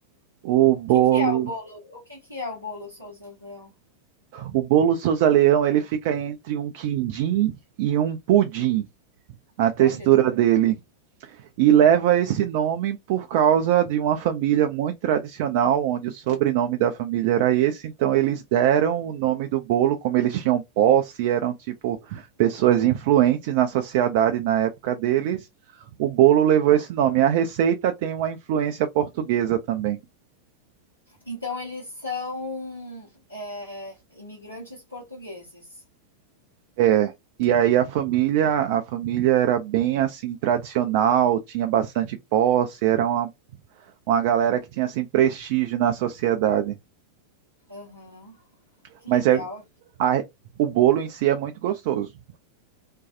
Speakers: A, on the right (about 50°); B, on the left (about 85°).
A: o bolo,
B: O que que é o bolo? O que que é o bolo Souza Leão?
A: o bolo Souza Leão, ele fica entre um quindim e um pudim. a textura
B: Olha, só.
A: dele. E leva esse nome por causa de uma família muito tradicional, onde o sobrenome da família era esse, então eles deram o nome do bolo, como eles tinham posse, eram tipo pessoas influentes na sociedade na época deles, o bolo levou esse nome. A receita tem uma influência portuguesa também.
B: então eles são é, imigrantes portugueses.
A: É, e aí a família, a família era bem assim tradicional, tinha bastante posse, era uma, uma galera que tinha assim prestígio na sociedade.
B: Aham, Que
A: mas
B: legal.
A: é, a- o bolo em si é muito gostoso.